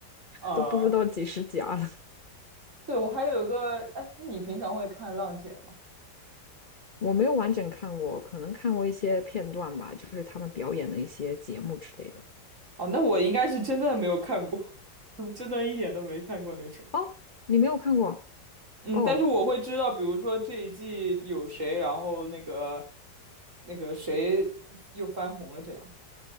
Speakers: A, on the right; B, on the left.
A: 啊、
B: 都不知道几十加了。
A: 对，我还有个，哎，你平常会看浪姐吗？
B: 我没有完整看过，可能看过一些片段吧，就是他们表演的一些节目之类的。
A: 哦，那我应该是真的没有看过，<laughs> 真的一点都没看过那种。
B: 哦，你没有看过？
A: 嗯，
B: 哦
A: 但是我会知道，比如说这一季有谁，然后那个那个谁又翻红了这样。